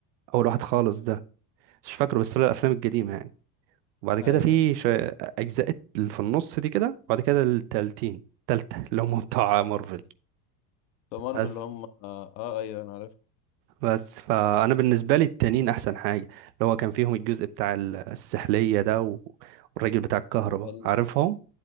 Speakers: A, on the right; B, on the left.
A: اول واحد خالص ده مش فاكره بس طلع الافلام القديمه يعني وبعد
B: ايوه
A: كده في شوية آه، اجزاء اللي في النص دي كده وبعد كده التالتين التالتة اللي هم بتوع مارفل
B: فمارفل
A: بس
B: اللي هم اه, آه ايوه انا
A: بس فانا بالنسبه لي التانيين احسن حاجه اللي هو كان فيهم الجزء بتاع ال- السحليه ده و... والراجل بتاع الكهرباء
B: عارف
A: عارفهم